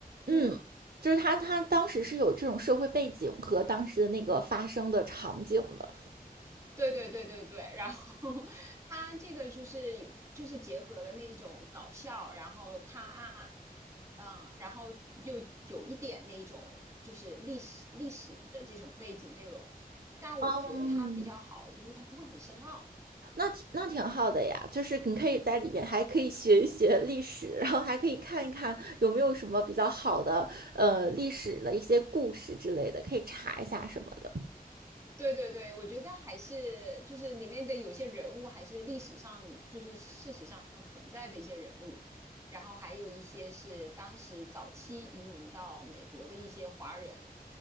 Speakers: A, on the right; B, on the right.
A: 嗯，
B: 嗯
A: 就是他他当时是有这种社会背景和当时的那个发生的场景的。
B: 对对对对对，然后 <laughs> 他这个就是有，就是结合了那种搞笑，然后探案，嗯，然后又有一点那种就是历史历史的这种背景内容，但我觉得它比较好，
A: 嗯，
B: 就是它不会很深奥，
A: 那挺那挺好的呀，就是你可以在里面还可以学一学历史，然后还可以看一看有没有什么比较好的呃历史的一些故事之类的，可以查一下什么的。
B: 对对对，我觉得还是就是里面的有些人物还是历史上就是事实上存在的一些人物，然后还有一些是当时早期移民到美国的一些华人，